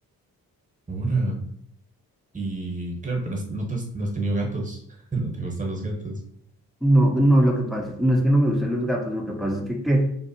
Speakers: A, on the right; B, in the centre.
A: ahora. Y claro, pero has- no, te has, no has tenido gatos. <laughs> No te gustan los gatos.
B: No, no, lo que pasa, no es que no me gusten los gatos, lo que pasa es que, que